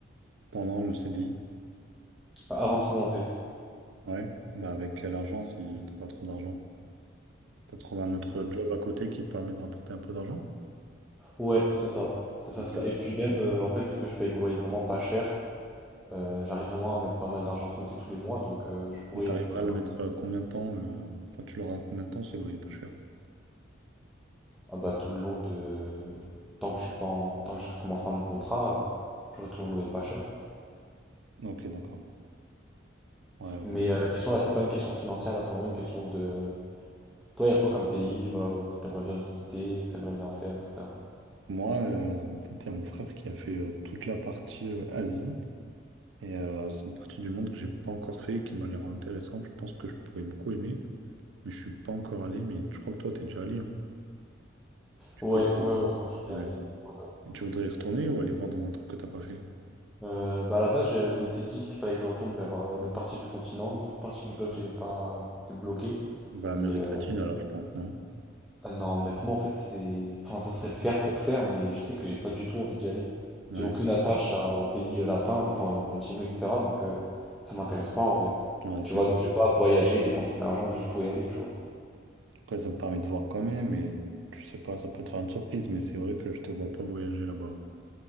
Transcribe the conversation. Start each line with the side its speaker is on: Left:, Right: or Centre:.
Right: pendant le CDI?
Centre: Euh, Avant de commencer.
Right: Ouais, bah avec quel argent si t'as pas trop d'argent? T'as trouvé un autre job à côté qui te permet de rapporter un peu d'argent?
Centre: Ouais, c'est ça. C'est ça,
Right: Ok.
Centre: c'est ça. Et puis même, euh, en fait, vu que je paye mon loyer vraiment pas cher, euh, j'arrive vraiment à mettre pas mal d'argent de côté tous les mois, donc euh, je pourrais
Right: Et t'arriveras
Centre: euh,
Right: à le mettre à combien de temps? euh, Enfin, tu l'auras à combien de temps ce loyer pas cher?
Centre: Ah bah tout le long de tant que je suis pas en... tant que je commence pas mon contrat, euh, j'aurai toujours loué pas cher.
Right: Ok, d'accord. Ouais, ok.
Centre: Mais
Right: je-
Centre: euh, Ouais, la question là, c'est pas une question financière, là, c'est vraiment une question de toi, il y a quoi comme pays, voilà, où- que t'aimerais bien visiter ou que t'aimerais bien faire, etc.
Right: Moi, euh, en fait, il y a mon frère qui a fait euh, toute la partie euh, Asie. Et euh, c'est une partie du monde que j'ai pas encore fait, qui m'a l'air intéressante. Je pense que je pourrais beaucoup aimer, mais je suis pas encore allé. Mais je crois que toi, t'es déjà allé, hein. Tu
Centre: Ouais,
Right: connais,
Centre: ouais, ouais,
Right: vas-y.
Centre: moi je voulais
Right: Ouais.
Centre: aller. voilà.
Right: Et Tu voudrais y retourner ou aller voir dans un truc que t'as pas fait?
Centre: Euh, bah à la base, je, je m'étais dit qu'il fallait que je retourne vers euh, une autre partie du continent, une autre partie du bloc, que j'avais pas débloqué.
Right: Bah, Amérique
Centre: Mais euh,
Right: latine, alors, je pense, non?
Centre: Ah non, honnêtement, en fait, c'est. Enfin, ce serait faire pour faire, mais je sais que j'ai pas du tout envie d'y aller.
Right: Ouais,
Centre: J'ai aucune
Right: c'est
Centre: attache à- au pays euh, latin, enfin, au latino, etc. Donc, euh, ça m'intéresse pas en vrai.
Right: ouais,
Centre: Tu
Right: c'est
Centre: vois,
Right: vrai.
Centre: donc je vais pas voyager, dépenser de l'argent juste pour y aller, tu vois.
Right: Après, ça te permet de voir quand même, et tu sais pas, ça peut te faire une surprise, mais c'est vrai que je te vois pas voyager là-bas.